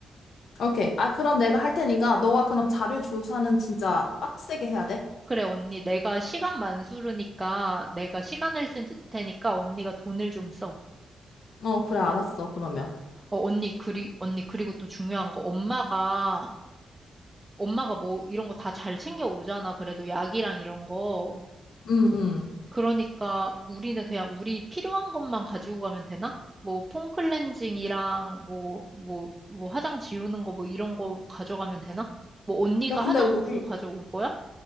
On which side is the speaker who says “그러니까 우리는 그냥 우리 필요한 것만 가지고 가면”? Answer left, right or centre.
Right